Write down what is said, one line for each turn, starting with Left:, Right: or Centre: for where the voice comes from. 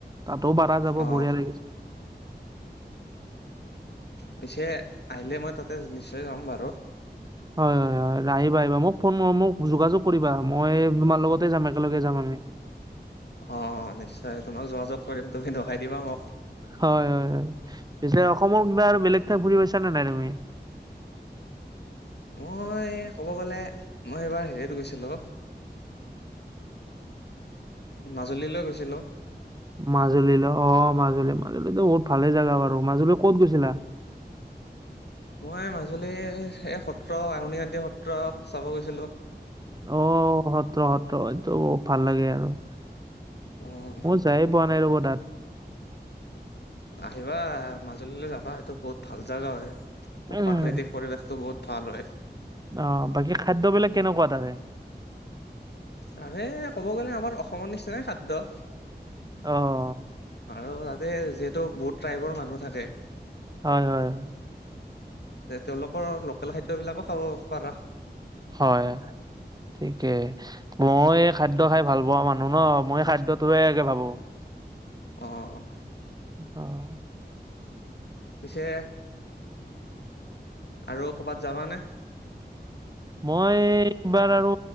Right: তাতো বাধা যাব
Left: অ',
Right: বঢ়িয়া লাগিছে।
Left: পিছে আহিলে মই তাতে নিশ্চয় যাম বাৰু।
Right: হয় হয় হয়, আহিবা আহিবা, মোক ফোন মোক যোগাযোগ কৰিবা মই তোমাৰ লগতে যাম একেলগে যাম আমি।
Left: অ' নিশ্চয় তোমাক যোগাযোগ কৰিম তুমি দেখাই দিবা মোক।
Right: হয় হয় হয়, পিছে অসমৰ কিবা আৰু বেলেগ ঠাই ঘুৰি পাইছা নে নাই তুমি?
Left: মই ক'ব গ'লে মই এইবাৰ হেৰিত গৈছিলো মাজুলীলৈ গৈছিলোঁ।
Right: মাজুলীলৈ অ' মাজুলী মাজুলীতো বহুত ভালে জাগা বাৰু, মাজুলী ক'ত গৈছিলা?
Left: মই মাজুলীৰ এই সত্ৰ আউণী শান্তি সত্ৰ চাব গৈছিলোঁ।
Right: অ' সত্ৰ সত্ৰ এইটো বহুত ভাল লাগে আৰু।
Left: উম।
Right: যায় পোৱা নাই ৰ'ব তাত।
Left: আহিবা মাজুলীলৈ যাবা এইটো বহুত ভাল জাগা হয়, তাৰ
Right: উম
Left: প্ৰাকৃতিক পৰিৱেশতো বহুত ভাল হয়।
Right: অ' বাকী খাদ্যবেলাক কেনেকুৱা তাতে?
Left: তাৰে ক'ব গ'লে আমাৰ অসমৰ নিচিনাই খাদ্য।
Right: অ'।
Left: আৰু তাতে যিহেতু বহুত ট্ৰাইবৰ মানুহ থাকে।
Right: হয় হয়।
Left: তেওঁলোকৰ লোকেল খাদ্যবিলাকো খাব পাৰা।
Right: হয়। থিকেই, মই খাদ্য খাই ভাল পোৱা মানুহ ন মই খাদ্যটোয়ে একে ভাবো।
Left: অ'।
Right: অ'।
Left: পিছে আৰু কৰ'বাত যাবানে?
Right: মই এইবাৰ আৰু